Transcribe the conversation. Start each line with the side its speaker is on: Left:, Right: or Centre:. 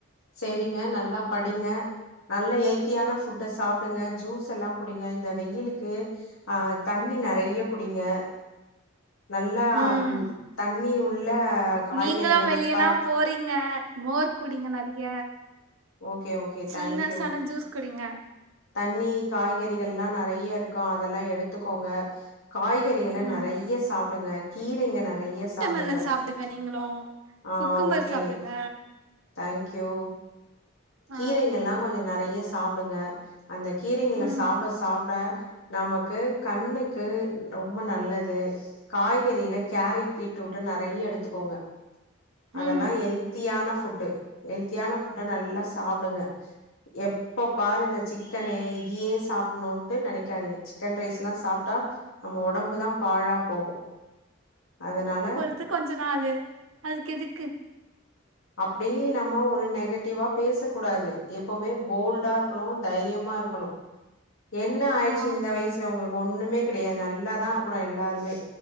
Left: சேரிங்க நல்லா படிங்க நல்ல ஹெல்த்தியான ஃபுட்டா சாப் சாப்டுங்க ஜூஸ் எல்லா குடிங்க இந்த வெயிலுக்கு ஆ தண்ணி நெறைய குடிங்க நல்லா
Right: ம்
Left: தண்ணி உள்ள காய்கறிகள்
Right: நீங்களு வெளியனா
Left: ப
Right: போறீங்க மோர் குடிங்க நெறைய
Left: ஓகே ஓகே
Right: ஸில்னசான
Left: தேங்க்யூ
Right: ஜூஸ் குடிங்க
Left: தண்ணி காய்கறிகள்லா நெறைய இருக்கு அதெல்லா எடுத்துக்கோங்க காய்கறிகள
Right: ம்
Left: நெறைய சாப்டுங்க கீரைங்க நெறைய சாப்டு
Right: ல்ல சாப்டுங்க நீங்களு
Left: ஆ
Right: குக்கும்பர்
Left: ஓகே
Right: சாப்டுங்க
Left: தேங்க் யூ கீரைங்கல்லா
Right: ஆ
Left: கொஞ்சோ நெறைய சாப்டுங்க அந்த கீரைங்கள
Right: ம்
Left: சாப்ட சாப்ட நமக்கு கண்ணுக்கு ரொம்ப நல்லது காய்கறில கேரட் பீட்ரூட்ட நறைய எடுத்துக்கோங்க அதெல்லாம்
Right: ம்
Left: ஹெல்த்தியான ஃபுட்டு ஹெல்த்தியான ஃபுட்ட நல்லா சாப்டுங்க எப் எப்ப பாரு இந்த சிக்கனு இதயே சாப்புணும்ட்டு நனைக்காதீங்க சிக்கன் ரைஸ்ல்லா சாப் ட்டா நம்ப ஒடம்புதான் பாழா போகும் அதனால
Right: த்துக் கொஞ்ச நாளு அதுக்கு எதுக்கு
Left: அப்படி நம்ம ஒரு நெகட்டிவா பேசக்க கூடாது எப்பவுமே போல்ட் டா இருக்கணும் தைரியமா இருக்கணும் என்ன ஆயிடுச்சு
Right: ஆ
Left: இந்த வயசுல உங்களுக்கு ஒண்ணுமே கிடையாது நல்லாதான் இருக்குறோம் எல்லாருமே